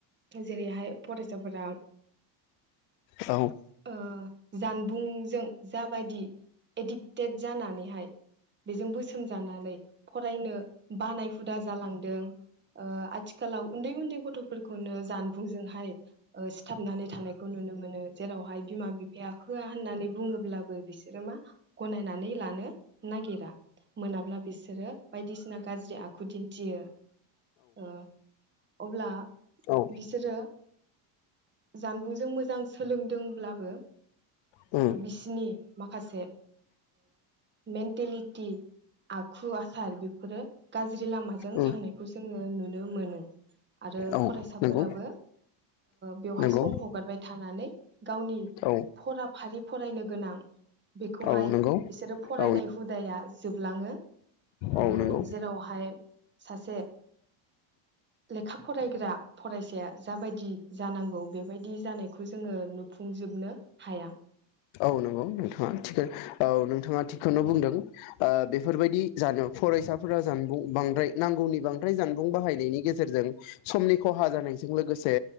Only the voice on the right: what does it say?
जेरैहाय फरायसाफोरा
ओ जानबुंजों जाबायदि एडिक्टेड जानानैहाय बेजों बोसोनजानानै फरायनो बानाय हु हुदा जालांदों ओ आथिखालाव उन्दै उन्दै गथ'फोरखौनो जानबुंजोंहाय ओ सिथाबनानै थानायखौ नुनो मोनो। जेरावहाय बिमा बिफाया होआ होननानै बुङोब्लाबो बिसोरो मा गनायनानै लानो नागिरा मोनाब्ला बिसोरो बायदिसिना गाज्रि आखु दिन्थियो ओ अब्ला
बिसोरो जानबुंजों मोजां सोलोंदों ब्लाबो
बिसिनि माखासे मेन्टेलिटि आखु आसार बेफोरो गाज्रि लामाजों
थांनायखौ जोङो नुनो मोनो आरो ओ
फरायसाफोराबो
बेवहाय
सम हगारबाय थानानै गावनि
फराफारि फरायनो गोनां बेखौहाय
बिसोरो फरायनाय
हुदाया जोबलाङो ओ
जेरावहाय सासे लेखा फरायग्रा फरायसाया जाबायदि जानांगौ बेबायदि जानायखौ जोङो नु फुंजोबनो हाया।
औ